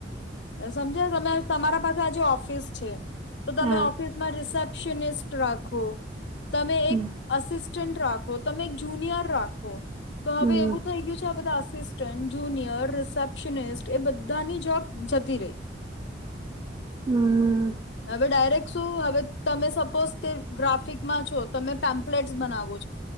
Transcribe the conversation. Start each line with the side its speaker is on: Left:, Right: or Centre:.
Left: અ સમજાય તમે તમારા પાસે આજે ઓફિસ છે. તો તમે
Right: હા
Left: ઓફિસમાં રિસેપ્શનિસ્ટ રાખો તમે
Right: હમ
Left: એક અસિસ્ટન્ટ રાખ ખો તમે એક જુનિયર રાખો તો હવે
Right: હમ
Left: એવું થઈ ગયું છે આ બધા અસિસ સ્ટન્ટ, જુનિયર, રિસેપ્શનિસ્ટ એ બધાની જોબ જતી રે
Right: હમ
Left: હવે ડાયરેક્ટ શું હવે તમે સપોઝ કે ગ્રાફિકમાં છો, તમે પેમ્પલેટ્સ બનાવો છો